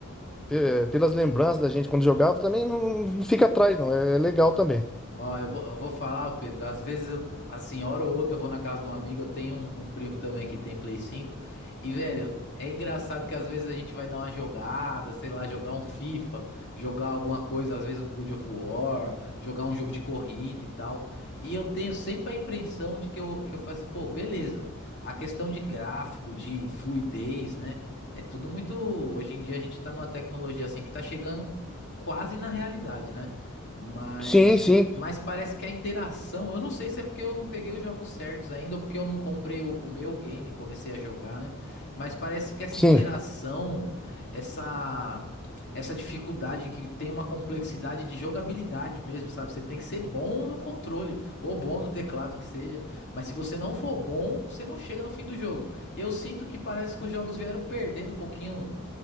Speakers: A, in the centre; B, on the left.
A: pe- pelas lembranças da gente quando jogava, também não, não fica atrás não, é, é legal também.
B: Ó, eu vou, eu vou falar, ô Pedro. Às vezes, eu, assim, hora ou outra, eu vou na casa de um amigo. Eu tenho um, um primo também que tem Play cinco E, velho, é engraçado que às vezes a gente vai dar uma jogada, sei lá, jogar um FIFA, jogar alguma coisa, às vezes um God of War, jogar um jogo de corrida e tal. E eu tenho sempre a impressão de que eu, que eu falo assim, pô, beleza. A questão de gráfico, de fluidez, né? É tudo muito. Hoje em dia a gente tá numa tecnologia assim que tá chegando quase na realidade, né? Mas.
A: Sim, sim,
B: Mas parece que a interação, eu não sei se é porque eu não peguei os jogos certos ainda, ou porque eu não comprei o, o meu game, e comecei a jogar, né? Mas parece que essa
A: sim,
B: interação, essa essa dificuldade que tem uma complexidade de jogabilidade mesmo, sabe? Você tem que ser bom no controle ou bom no teclado que seja, mas se você não for bom, você não chega no fim do jogo. Eu sinto que parece que os jogos vieram perdendo um pouquinho